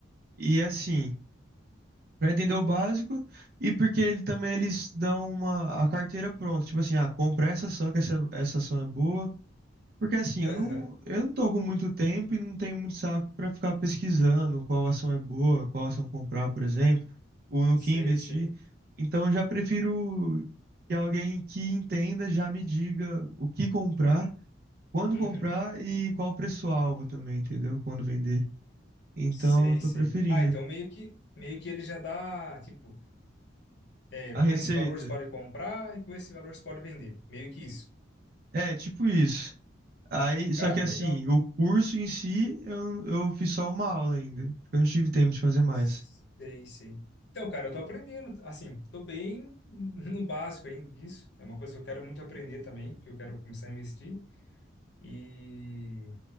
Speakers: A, on the right; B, on the left.
A: E assim. Pra entender o básico e porque ele também eles dão uma a carteira pronta, tipo assim, ah, compra essa ação que essa, essa ação é boa, porque assim,
B: Aham.
A: eu não eu não tô com muito tempo e não tenho muito saco pra ficar pesquisando qual ação é boa, qual ação comprar, por exemplo, ou no
B: Sei,
A: que investir.
B: sei.
A: Então eu já prefiro que alguém que entenda já me diga o que comprar, quando
B: Uhum.
A: comprar e qual preço-alvo também, entendeu? Quando vender. Então
B: Sei,
A: eu tô
B: sei.
A: preferindo
B: Ah, então meio que meio que ele já dá, tipo, é,
A: a
B: com
A: receita.
B: esse valor você pode comprar e com esse valor você pode vender. Meio que isso.
A: É, tipo isso. Aí,
B: Cara,
A: só que assim,
B: legal.
A: o curso em si, eu, eu fiz só uma aula ainda, porque eu não tive tempo de fazer mais.
B: Sei, sei. Então, cara, eu tô aprendendo, assim, tô bem no básico ainda disso. É uma coisa que eu quero muito aprender também, que eu quero começar a investir. E